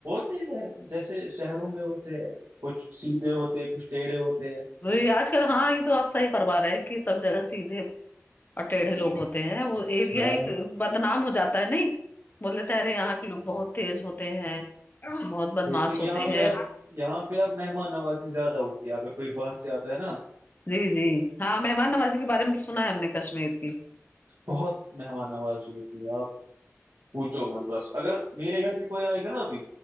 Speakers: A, on the right; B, on the left.
A: ٹیڑے جیسے شہروں میں ہوتے ہیں کچھ سیدھے ہوتے ہیں کچھ ٹیڑھے ہوتے ہیں
B: جی آج کل ہاں یہ تو آپ صحیح فرما رہے ہیں کہ سب جگہ سیدھے اور ٹیڑھے لوگ ہو تے ہیں وہ ایریا
A: ہاں ہوں
B: ایک بدنام ہو جاتا ہے نہیں بولے ترے یہاں کے لوگ بہت تیز ہوتے ہیں بہت بدماش
A: لیکن
B: ہوتے
A: یہاں
B: ہیں
A: پہ اب یہاں پہ اب مہمان نوازی زیادہ ہوتی ہے اگر کوئی باہر سے آتا ہے ناں
B: جی جی ہاں مہمان نوازی کے بارے میں تو سنا ہے ہم نے کشمیر کی
A: بہت مہمان نوازی ہوتی ہے آپ پوچھو مت بس اگر میرے گھر بھی کوئی آئے گا ناں ابھی